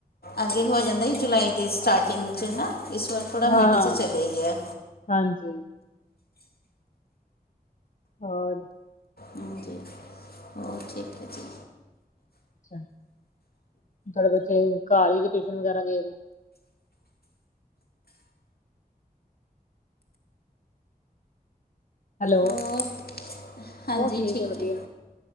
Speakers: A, on the left (about 75°); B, on the left (about 55°).
A: ਅੱਗੇ ਹੋ ਜਾਂਦਾ ਸੀ ਜੁਲਾਈ ਦੇ ਸਟਾਰਟਿੰਗ ਚ ਨਾ, ਇਸ ਵਾਰ ਥੋੜ੍ਹਾ ਮਿਡ
B: ਹਾਂ ਹਾਂ
A: ਚ ਚਲੇ ਗਿਆ।
B: ਹਾਂਜੀ। ਹੋਰ?
A: ਹਾਂਜੀ। ਹੋਰ ਠੀਕ ਐ ਜੀ।
B: ਅੱਛਾ, ਤੁਹਾਡੇ ਬੱਚੇ ਘਰ ਹੀ ਕਿ ਟਿਊਸ਼ਨ ਵਗੈਰਾ ਗਏ ਆ? ਹੈਲੋ।
A: ਹੋਰ ਹਾਂਜੀ
B: ਉਹ
A: ਠੀਕ
B: ਹੈ ਵਧੀਆ
A: ਐ,